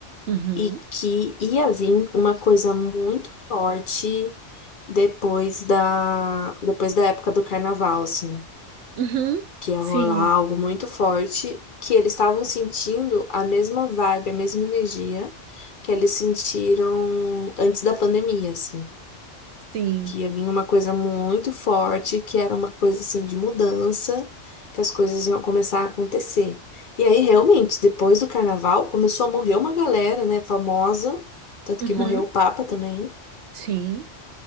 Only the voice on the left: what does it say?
e que ia vir uma coisa muito forte depois da, depois da época do carnaval, assim,
que ia
rolar algo muito forte, que eles estavam sentindo a mesma vibe, a mesma energia que eles sentiram antes da pandemia, assim
que ia vir uma coisa muito forte, que era uma coisa assim de mudança, que as coisas iam começar a acontecer. E aí, realmente, depois do carnaval, começou a morrer uma galera, né, famosa, tanto
que morreu o Papa também.